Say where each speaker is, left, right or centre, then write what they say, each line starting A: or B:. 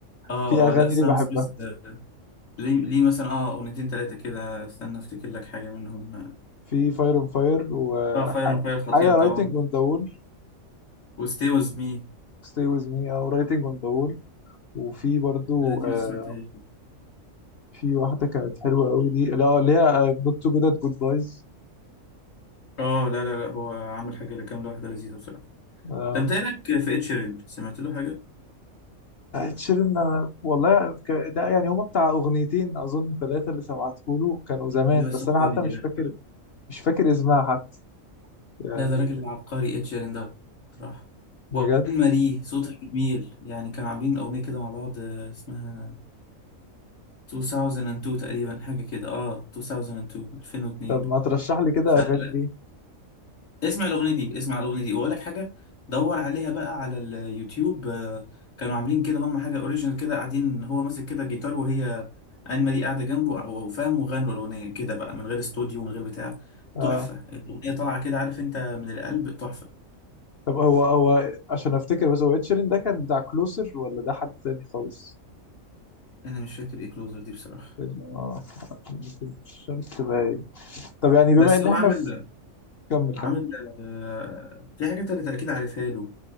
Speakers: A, on the left; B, on the left.
A: اه
B: في اغاني
A: اه لا سام
B: ليه بحبها
A: سميث آه، ليه ليه مثلا اه اغنيتين ثلاثه كده استنى افتكر لك حاجه منهم
B: في فاير اون فاير وحاجه
A: اه فاير اون فاير خطيره طبعا
B: رايتنج اون ذا وول
A: وستي ويز مي
B: ستي ويز مي او رايتنج اون ذا وول وفي برضه
A: لا دي
B: آه،
A: ما سمعتهاش دي.
B: في واحدة كانت حلوة قوي دي لا اللي هي نوت تو جود ات جود بايز
A: اه لا لا لا هو عامل حاجه كام واحده لذيذه بصراحه
B: اه
A: ده انت إيه رايك في اتشيرين سمعت له حاجه
B: تشيرن انا والله ك- ده يعني هما بتاع اغنيتين اظن ثلاثة اللي سمعته له كانوا زمان
A: لا بس
B: بس
A: هو
B: انا
A: جامد
B: حتى مش
A: يا جدع.
B: فاكر مش فاكر اسمها حتى يعني
A: لا ده راجل عبقري اتشيرين ده بصراحه
B: بجد
A: وان ماري صوتها جميل يعني كانوا عاملين اغنيه كده مع بعض آه، اسمها 2002 تقريبا حاجة كده اه 2002 2002
B: طب ما ترشح لي كده
A: فلا
B: اغاني
A: لا
B: دي
A: اسمع الأغنية دي اسمع الأغنية دي وأقول لك حاجة دور عليها بقى على اليوتيوب آه، كانوا عاملين كده هم حاجة أوريجينال كده قاعدين هو ماسك كده جيتار وهي آن ماري قاعدة جنبه أو أو فاهم وغنوا الأغنية كده بقى من غير استوديو من غير بتاع
B: اه
A: تحفة الأغنية طالعة كده عارف أنت من القلب تحفة
B: طب هو هو عشان افتكر بس هو تشيرن ده كان بتاع كلوسر ولا ده حد تاني خالص
A: أنا مش فاكر إيه كلوزر دي بصراحة
B: ال- اه الشمس باين طب يعني بما
A: بس
B: ان
A: هو
B: احنا
A: عامل
B: في كمل
A: عامل
B: كمل
A: آه، في حاجات أنا أكيد عارفها له